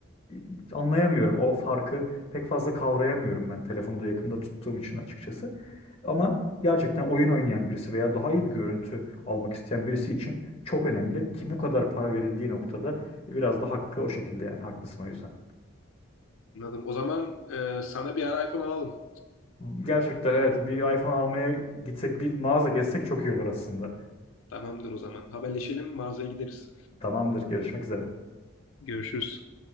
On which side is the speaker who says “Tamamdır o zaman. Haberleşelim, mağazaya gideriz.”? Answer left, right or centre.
Left